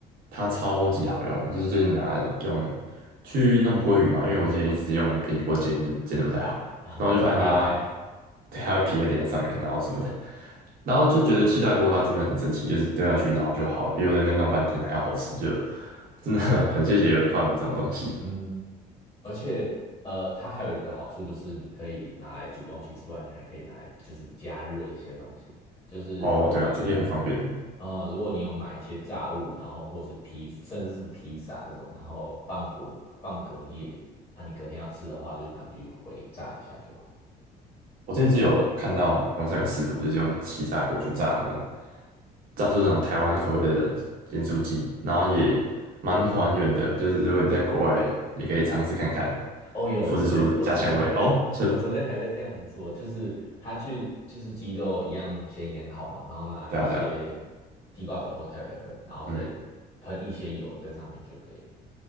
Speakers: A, on the right; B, on the left.
A: 它超级好用，我就是最近拿来用去弄鲑鱼嘛，因为我之前一直用平底锅煎，一直煎的不太好，
B: 啊，
A: 然后就发现它，
B: 它会裂开。
A: 对，它的皮会粘在上面，然后什么的，然后就觉得气炸锅它真的很神奇，就是丢下去然后就好了，比我在那边弄半天还要好吃，就真的很很谢谢有人发明这种东西。
B: 嗯，而且呃，它还有一个好处就是你可以拿来煮东西之外，你还可以拿来就是加热一些东西。就是如果你
A: 哦，对啊，这也很方便。
B: 呃，如果你有买一些炸物，然后或是披，甚至是披萨这种，然后放果放隔夜，啊，你隔天要吃的话，就拿去回炸一下就好。
A: 我之前是有看到网上有食谱，就是用气炸锅去炸那种，炸出那种台湾口味的盐酥鸡，然后也蛮还原的。就是如果你在国外，也可以尝试看看，
B: 哦，有，
A: 复制出家乡味。
B: 我昨天我昨天还在，
A: 哦，这
B: 我昨天还在这样子做，就是他去就是鸡肉一样先腌好嘛，然后拿一些
A: 对啊对啊，
B: 地瓜粉或太白粉，然后再喷一些油在上面就可以了。
A: 嗯，